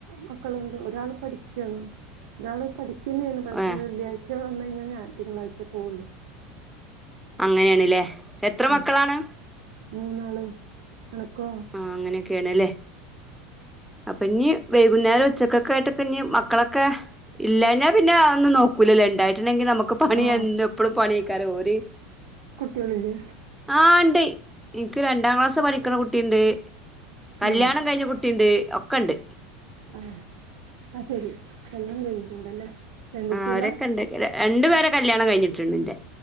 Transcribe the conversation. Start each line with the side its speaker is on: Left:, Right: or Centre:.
Right: മക്കളുണ്ട് ഒരാള് പഠിക്കാണ് ഒരാള് പഠിക്കെന്നേണ് പശെ
Centre: ഏ
Right: വെള്ളിയാഴ്ച വന്നഴിഞ്ഞാ ഞാ തിങ്കളാഴ്ചേ പോവുള്ളു
Centre: അങ്ങനേണ്ല്ലേ എത്ര
Right: ഉം
Centre: മക്കളാണ്
Right: മൂന്നാള് അണക്കോ
Centre: ആഹ് അങ്ങനൊക്കേണ്ല്ലേ അപ്പം ഞ്ഞി വൈകുന്നേരം ഉച്ചക്കൊക്കെ ആയിട്ടൊക്കെ ഞ്ഞി മക്കളൊക്കെ ഇല്ല ഞാ പിന്നെ ഒന്നും നോക്കൂലല്ലോ ഇണ്ടായി റ്റ്ണെങ്കി നമുക്ക് പണിയെന്ത്
Right: ആഹ്
Centre: എപ്പളും പണിയ്ക്കാര ഓര്
Right: ട്ട്യളില്ലേ
Centre: ആഹ് ണ്ട് എനിക്ക് രണ്ടാം ക്ലാസ് പഠിക്കണ കുട്ടിണ്ട് കല്ല്യാണം
Right: ഉം
Centre: കഴിഞ്ഞ കുട്ടിണ്ട് ഒക്കെണ്ട്
Right: ആഹ് ആഹ് ശെരി കല്യാണം കഴിഞ്ഞിട്ടുണ്ടല്ലേ പെൺകുട്ടികളാ
Centre: ആ അവരൊക്കെ ഉണ്ട് രണ്ടു പേരെ കല്യാണം കഴിഞ്ഞിട്ടുണ്ട്ന്റെ